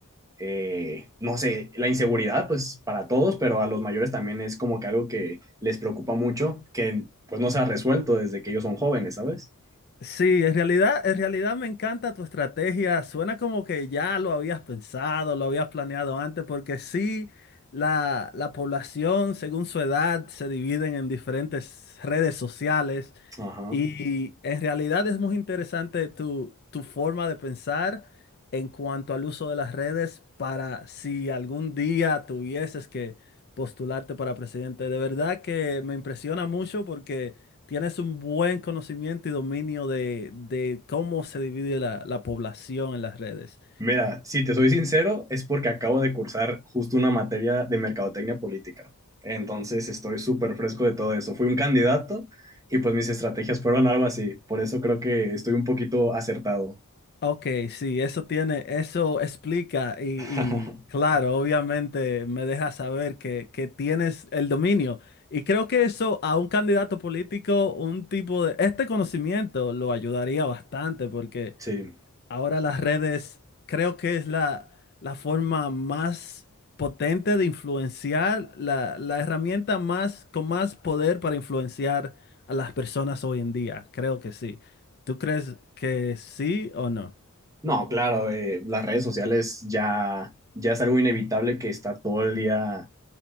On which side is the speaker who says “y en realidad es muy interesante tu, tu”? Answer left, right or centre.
Left